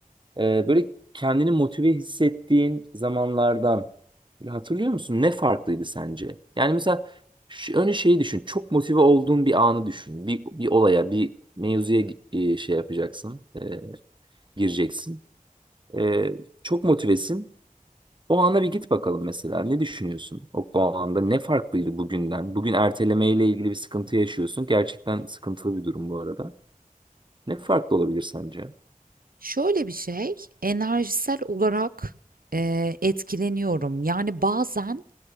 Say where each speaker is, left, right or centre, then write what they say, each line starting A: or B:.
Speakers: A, on the right; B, on the right.
A: Ee, böyle kendini motive hissettiğin zamanlardan böyle hatırlıyor musun? Ne farklıydı sence? Yani mesela şu, önce şeyi düşün. Çok motive olduğun bir anı düşün. Bir, bir olaya, bir mevzuya e, şey yapacaksın, e, gireceksin. E, çok motivesin. O ana bir git bakalım mesela. Ne düşünüyorsun? O, o anda ne farklıydı bugünden? Bugün ertelemeyle ilgili bir sıkıntı yaşıyorsun. Gerçekten sıkıntılı bir durum bu arada. Ne farklı olabilir sence?
B: Şöyle bir şey, enerjisel olarak eee, etkileniyorum. Yani bazen